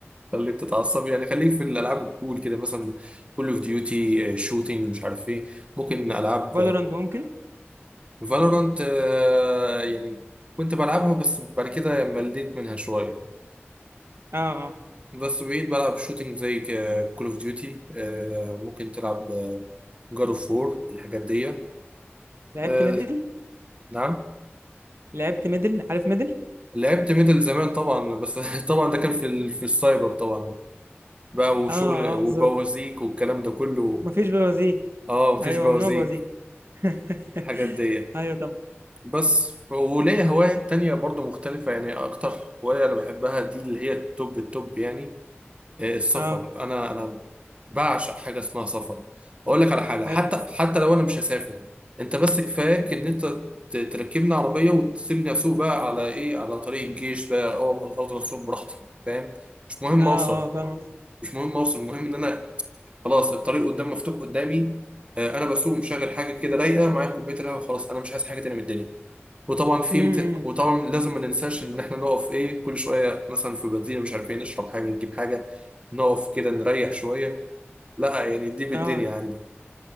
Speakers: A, on the right; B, on the right.
A: خليك تتعصب يعني خليك في الالعاب الكول كده مثلا كول اوف ديوتي شوتينج مش عارف ايه ممكن العاب
B: فالورانت ممكن
A: فالورانت يعني كنت بلعبها بس بعد كده مليت منها شويه
B: اه آه.
A: بس بقيت بلعب شوتينج زي كول اوف ديوتي ممكن تلعب جاد اوف وور الحاجات دي
B: لعبت
A: آه،
B: ميدل
A: نعم
B: لعبت ميدل عارف ميدل
A: لعبت ميدل زمان طبعا بس <laughs> طبعا ده كان في ال- في السايبر طبعا بقى وشغل
B: اه اه
A: وبوازيك
B: بالظبط
A: والكلام ده كله
B: مفيش بوازيك
A: اه مفيش
B: ايوه
A: بوازيك
B: ممنوع بوازيك <laughs>
A: الحاجات دي
B: ايوه طبعا
A: بس وليا هواية تانية برضو مختلفة يعني أكتر هواية أنا بحبها دي اللي هي التوب التوب يعني إيه، السفر
B: اه
A: انا انا بعشق حاجه اسمها سفر اقول لك على حاجه حتى
B: حلو
A: حتى لو انا مش هسافر انت بس كفاياك ان انت ت- تركبني عربيه وتسيبني اسوق بقى على ايه على طريق الجيش بقى أو- افضل اسوق براحتي فاهم مش مهم
B: اه
A: اوصل
B: اه فاهم قصدك.
A: مش مهم اوصل المهم ان انا خلاص الطريق قدام مفتوح قدامي آه، انا بسوق مشغل حاجه كده رايقه معايا كوبايه القهوه وخلاص انا مش عايز حاجه تانية من الدنيا وطبعا في
B: امم
A: مت... وطبعا لازم ما ننساش ان احنا نقف ايه كل شويه مثلا في بنزينه مش عارفين نشرب حاجه نجيب حاجه نقف كده نريح شويه لا يعني دي بالدنيا
B: اه
A: عندي